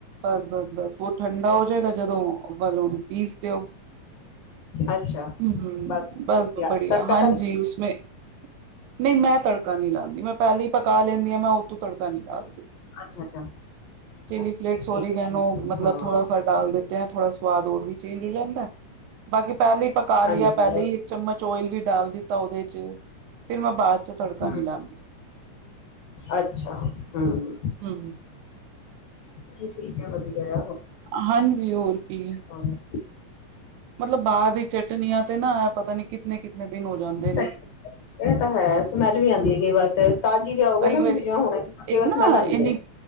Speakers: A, on the right (about 80°); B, on the left (about 65°).
A: ਬਸ ਬਸ। ਬਸ ਉਹ ਠੰਡਾ ਹੋ ਜਾਏਗਾ ਜਦੋਂ ਵੱਲ ਉਹਨੂੰ ਪੀਸ ਦਿਓ।
B: ਅੱਛਾ।
A: ਹਮ
B: ਤਿਆਰ
A: ਬਸ ਬੜੀਆ
B: ਤੜਕਾ
A: ਹਾਂਜੀ
B: ਤਾਂ ਨਹੀਂ
A: ਉਸਮੇ। ਨਹੀਂ ਮੈਂ ਤੜਕਾ ਨਹੀਂ ਲਾਂਦੀ ਮੈਂ ਪਹਿਲੇਾਂ ਹੀ ਪਕਾ ਲੈਂਦੀ ਹਾਂ ਮੈਂ ਉਹ ਤੋਂ ਤੜਕਾ ਨੀ ਡਾਲਦੀ।
B: ਅੱਛਾ ਅੱਛਾ
A: ਚਿਲੀ
B: ਅੱਛਾ,
A: ਪਲੇਟ ਸ
B: ਠੀਕ
A: ਓਰੀਗੈਨੋ
B: ਹੈ ਠੀਕ ਹੈ
A: ਮਤਲਬ
B: ਹਾਂ
A: ਥੋੜਾ <unintelligible> ਡਾਲ ਦਿੱਤੇ ਹੈਂ ਥੋੜ੍ਹਾ ਸਵਾਦ ਹੋਰ ਵੀ ਚੇਂਜ ਹੋ ਜਾਂਦਾ ਹੈ। ਬਾਕੀ ਪਹਿਲੇ ਹੀ ਪਕਾ ਲਿਆ
B: ਹਾਂਜੀ
A: ਪਹਿਲੇ ਹੀ ਚਮਚ ਓਇਲ ਵੀ ਡਾਲ ਦਿੱਤਾ ਉਹਦੇ ਚ ਫੇਰ ਮੈਂ ਬਾਅਦ ਚ ਤੜਕਾ
B: ਹਮ
A: ਨੀ ਲਾਉਂਦੀ। ਹਾਂਜੀ।
B: ਅੱਛਾ ਹੂ।
A: ਹੂ।
B: ਨਹੀਂ ਠੀਕ ਹੈ ਵਧੀਆ ਹੈ।
A: ਹਾਂਜੀ ਹੋਰ ਕੀ।
B: ਹਾਂ,
A: ਮਤਲਬ ਬਾਹਰ ਦੀ ਚਟਨੀਆਂ ਤੇ ਨਾ ਆ ਪਤਾ ਨੀ ਕਿਤਨੇ ਕਿਤਨੇ ਦਿਨ ਹੋ ਜਾਂਦੇ ਨੇ।
B: ਸਹੀ ਇਹ ਤਾਂ ਹੈ। ਸਮੈਲ ਵੀ ਆਉਂਦੀ ਹੈ ਕਈ ਵਾਰ ਤੇ ਤਾਜ਼ੀ ਲੇਆਓਗੇ
A: ਕਈ
B: ਨਾ
A: ਵਾਰੀ
B: ਤੁਸੀਂ ਹੁਣੇ ਕਈ
A: ਇੱਕ
B: ਵਾਰ
A: ਨਾ
B: ਸਮੈਲ ਆਉਂਦੀ
A: ਇੰਨੀ
B: ਹੈ।